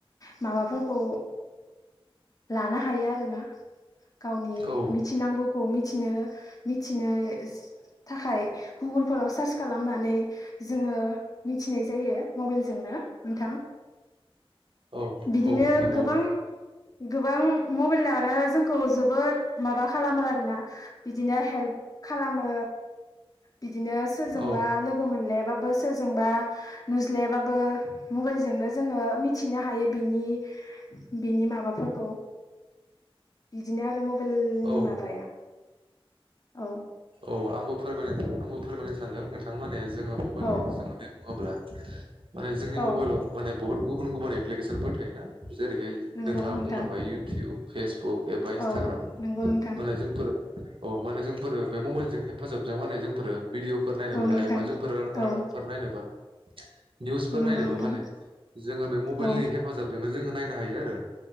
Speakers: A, on the left (about 40°); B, on the right (about 60°).
A: माबाफोरखौ लानो हायो आरोना गावनि
B: औ
A: मिथिनांगौखौ मिथिनो मिथिनो थाखाय गुगोलफोराव सार्च खालामनानै जोङो मिथिनाय जायो मबेलजोंनो नोंथां
B: औ
A: बिदिनो
B: औ नंगौ
A: गोबां-गोबां मबेलानो जोंखौ जोबोर माबा खालामो आरोना बिदिनो हेल्प खालामो बिदिनो सोरजोंबा
B: औ
A: लोगो मोनलायाबाबो सोरजोंबा नुज्लायाबाबो मबाइलजोंनो जोङो मिथिनो हायो बिनि बिनि माबाफोरखौ बिदिनो आरो मबाइलनि
B: औ
A: माबाया औ
B: औ आंबो फोरमाय आंबो फोरमायनो सानदों नोंथां माने जोङो मबाइलनि
A: औ
B: सोमोन्दो बुङोब्ला माने जोंनि
A: औ
B: मबाइलाव माने बुहुत गुबुन गुबुन एप्लिकेसनफोर थायोना जेरैहाय
A: नंगौ
B: नोंथाङा
A: नोंथां
B: बुंलांबाय इउटुब फेसबुक एबा इन्सटाग्राम
A: औ नंगौ नोंथां
B: माने जोंफोरा औ माने जोंफोरो बे मबाइलजों हेफाजाबजों माने जोंफोरो भिदिअ' फोर नायनोब्ला
A: औ नोंथां
B: एबा जोंफोर
A: औ
B: रादाबफोर नायनोब्ला निउसफोर
A: औ नंगौ
B: नायबा
A: नोंथां
B: माने जोङो बे मबाइलनि
A: औ
B: हेफाजाबजोंनो जोङो नायनो हायो आरो